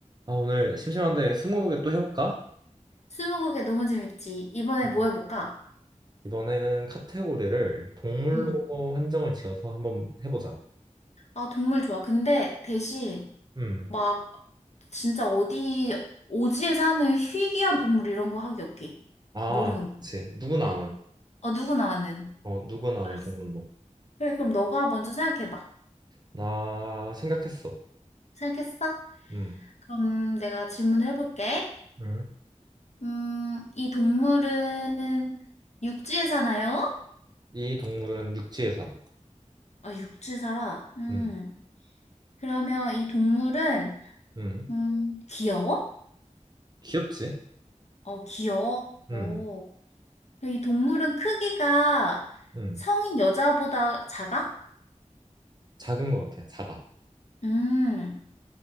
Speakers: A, on the right (about 35°); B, on the left (about 60°).
A: 아, 오늘 심심한데 스무고개 또 해볼까?
B: 스무고개 너무 재밌지. 이번에
A: 음.
B: 뭐 해볼까?
A: 이번에는 카테고리를 동물로
B: 응.
A: 한정을 지어서 한번 해보자.
B: 아, 동물 좋아. 근데 대신
A: 음.
B: 막 진짜 어디 오지에 사는 희귀한 동물 이런 거 하기 없기.
A: 아,
B: 모르는 거.
A: 그치. 누구나 아는.
B: 어, 누구나 아는.
A: 어, 누구나
B: 알았어.
A: 아는 동물로.
B: 그래, 그럼 너가 먼저 생각해봐.
A: 나 생각했어.
B: 생각했어?
A: 음.
B: 그럼 내가 질문을 해볼게.
A: 음.
B: 음, 이 동물은 육지에 사나요?
A: 이 동물은 육지에 살아.
B: 아, 육지에 살아. 음.
A: 음.
B: 그러면 이 동물은
A: 음.
B: 음, 귀여워?
A: 귀엽지?
B: 어, 귀여워?
A: 음.
B: 어. 이 동물은 크기가
A: 음.
B: 성인 여자보다 작아?
A: 작은 것 같아. 작아.
B: 음,